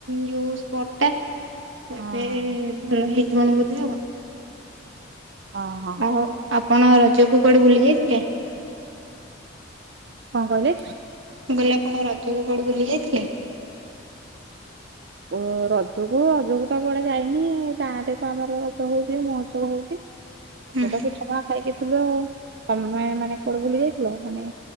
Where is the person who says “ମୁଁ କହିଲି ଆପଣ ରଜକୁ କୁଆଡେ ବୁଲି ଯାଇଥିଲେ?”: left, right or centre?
Right